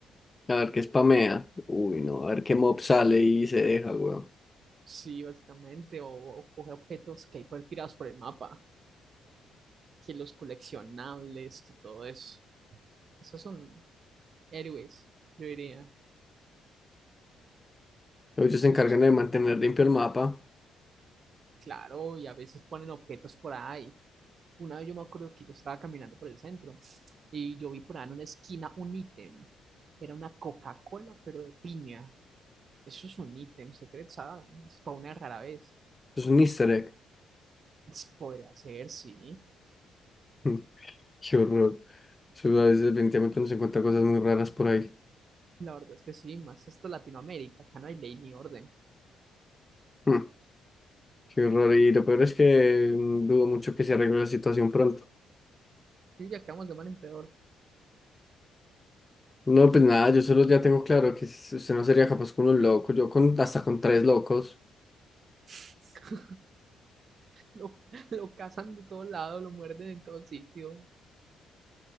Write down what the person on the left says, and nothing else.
a ver qué spamea. Uy, no, a ver qué mob sale y se deja, weón.
Ellos se
encargan
de mantener limpio el mapa,
eso es un easter egg.
<laughs> Qué horror. Eso a veces definitivamente uno se encuentra cosas muy raras por ahí.
Mm, Qué horror, y lo peor es que mm, dudo mucho que se arregle la situación pronto.
No, pues nada, yo solo ya tengo claro que s- usted no sería capaz con un loco, yo con hasta con tres locos.